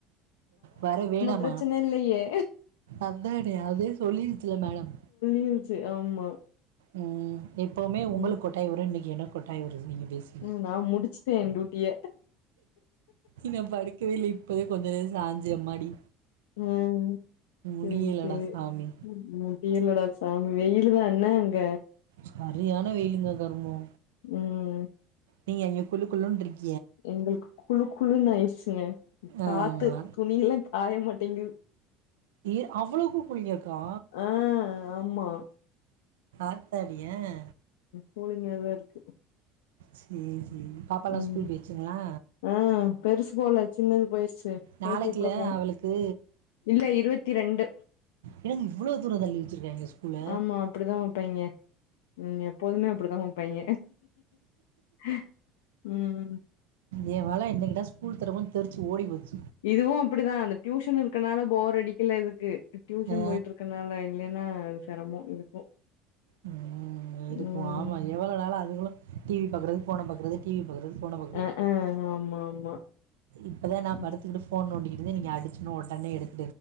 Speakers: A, on the right; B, on the left.
A: வர வேணாம
B: பிரச்சன இல்லையே
A: அதானே அதே சொல்லிருச்சுல மேடம்
B: சொல்லிருச்சி ஆமா
A: உம் எப்பவுமே உங்களுக்கு
B: ம்
A: கொட்டாய் வரும் இன்னைக்கு எனக்கு கொட்டாய் வருது இன்னிக்கு
B: ம் நா முடிச்சுட்டே என் டியூட்டிய
A: இன்னும் படுக்கவேயில்லஇப்போதேன் கொஞ்ச நேரம் சாஞ்சேன் அம்மாடி
B: உம்
A: முடியலடா
B: உம் சேரி
A: சாமி
B: முடியலடா ஆஹ் வெயிலு தான் என்ன அங்க
A: சரியான வெயிலுங்க கரும்மோ
B: உம்
A: நீங்க அங்கே குளு குளுன்னு இருக்
B: எங்களுக்கு குழு குழுன்னு ஆயிடுச்சுங்க காத்து
A: ஆமா
B: துணிய எல்லாம் காய மாட் டெங்குயூ
A: ஏ அவ்வளவுக்கு குளிங் இருக்கா
B: ஆ ஆமா
A: ஆத்தாடி ஏன்
B: கூலிங்கதா இருக்கு
A: சேரி பாப்பா எல்லாம்
B: ம்
A: ஸ்கூல் போய்டுச்சுங்களா
B: ஆ பெருசு போல சின்னது போயிருச்சு போய்
A: நாளைக்குல
B: கூப்ட போணு
A: அவளுக்கு
B: இல்ல இருவத்தி ரெண்டு
A: என்னங்க இவ்வளவு தூரம் தள்ளி வச்சிருக்காங்க ஸ்கூல
B: ஆமா அப்புடிதான் வைப்பாய்ங்க எப்போதுமே அப்புடி தா வைப்பாய்ங்க <inaudible> உம்
A: இவன்லா என்னகிதா ஸ்கூல் தொறப்ப தெரிச்சு ஓடி போச்சு
B: இதுவும் அப்படிதான் அந்த டியூஷன் இருக்கு க்கனால போர் அடிக்கல இதுக்கு டியூஷன்
A: ஆ
B: போயிட்டு இருக்கனால இல்லைன்னா சிரமோ இது
A: உம் இருக்கும்
B: ம்
A: ஆமா எவ்வளவு நால அதுகளும் டிவி பாக்குறது போன பாக்குறது டிவி பாக்குறது போன பாக்குறது
B: அ ஆ ஆமா ஆமா
A: இப்பதான் நான்
B: ம்
A: படுத்துக்கிட்டு போன் நோண்டிக்கிட் இருந்து நீங்க அடிச்சுனா உடனே எடுத்